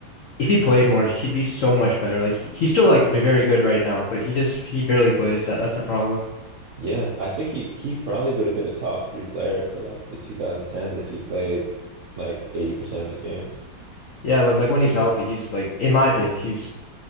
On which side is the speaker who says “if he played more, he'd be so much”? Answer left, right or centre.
Left